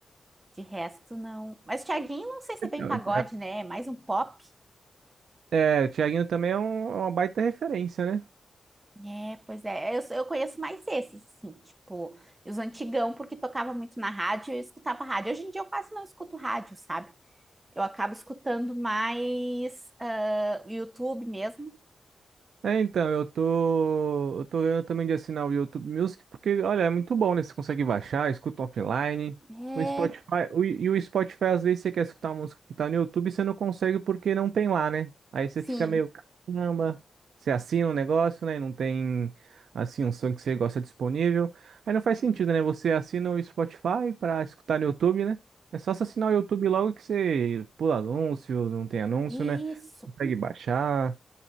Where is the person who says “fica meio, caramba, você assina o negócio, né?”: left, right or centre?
Right